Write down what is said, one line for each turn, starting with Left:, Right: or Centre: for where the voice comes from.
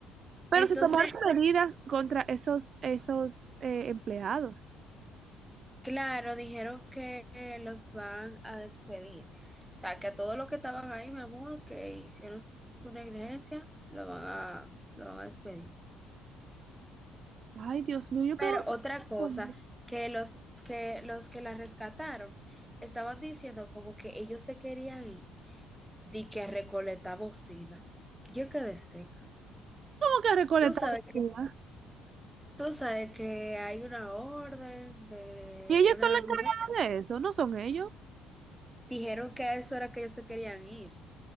Right: Pero
Centre: Entonces,
Right: se tomaron medidas contra esos, esos eh, empleados.
Centre: claro, dijeron que eh, los van a despedir. O sea, que a todos los que estaban ahí, mi amor, que hicieron su negligencia, lo van a, lo van a despedir.
Right: Ay, Dios mío, yo
Centre: Pero
Right: quedo...
Centre: otra cosa,
Right: ¿Cómo
Centre: que los que, los que la rescataron estaban diciendo como que ellos se querían ir, di que a recolectar bocina. Yo quedé seca.
Right: que recolectar
Centre: Tú sabes
Right: basura?
Centre: Tú sabes que hay una orden de
Right: ¿Y ellos
Centre: una
Right: son los
Centre: mujer.
Right: encargados de eso? ¿No son ellos?
Centre: Dijeron que a eso era que ellos se querían ir.